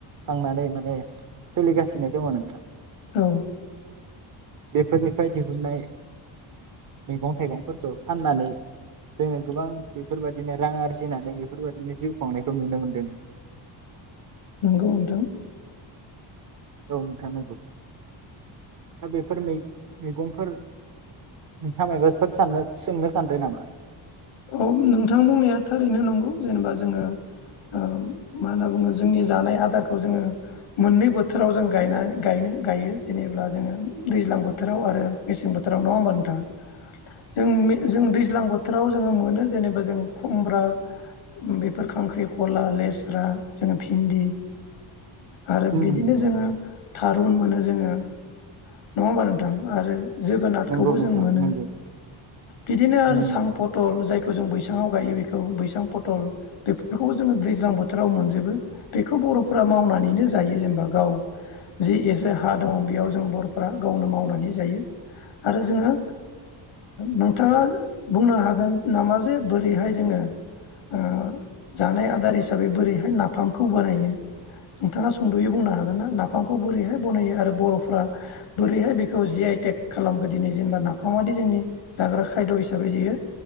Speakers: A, on the right; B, on the left.
A: खांनानै माने सोलिगासिनो दङ नोंथां।
B: औ।
A: बेफोरनिफ्राय दिहुननाय मैगं थाइगंफोरखौ फाननानै जोङो गोबां बेफोरबायदिनो रां आरजिनानै बेफोरबायदिनो जिउ खुंनायखौ नुनो मोनदों।
B: नंगौ नोंथां।
A: औ नोंथां नंगौ दा बेफोर मै मैगंफोर नोंथाङा माबाफोर साननो सोंनो सानदो नामा?
B: औ नोंथां बुंनाया थाररैनो नंगौ जेनेबा जोङो ओ मा होनना बुङो जोंनि जानाय आदारखौ जोङो मोननै बोथोराव जों गायना गायनो गायो जेनेबा जोङो दैज्लां बोथोराव आरो मेसें बोथोराव नङा होमबा नोंथाङा जों जों दैज्लां बोथोराव ओ मोनो जेननोबा जों खुमब्रा बेफोर खांख्रि खला, लेस्रा जो भिन्दि आरो
A: उम
B: बिदिनो
A: नोंथां
B: जोङो थारुन मोनो जोङो। नङा होमबा नोंथां आरो जोगोनारखौबो
A: नंगौ नोंथां
B: जों मोनो
A: नंगौ
B: बिदिनो आरो
A: उम
B: सां पटल जाय जों बैसाङाव गायो बेखौ बैसां पथल बेफोरखौबो जोङो दैज्लां बोथोराव मोनजोबो बेखौ बर'फोरा मावनानैनो जायो जेनेबा गाव जि एसे हा दङ बेयाव जों बर' फोरा गावनो मावनानै जायो आरो जोङो नोंथाङा बुंनो हागोन नामा जे बोरैहाय जोङो ओ जानाय आदार हिसाबै बोरैहाय नाफामखौ बानायो नोंथाङा सुंद'यै बुंनो हागोन ना नाफामखौ बोरैहाय बनायो आरो बर'फ्रा बोरैहाय बेखौ जि आइ टेक खालामखो दिनै जेनेबा नाफामादि जोंनि जाग्रा खायद' हिसाबै जयो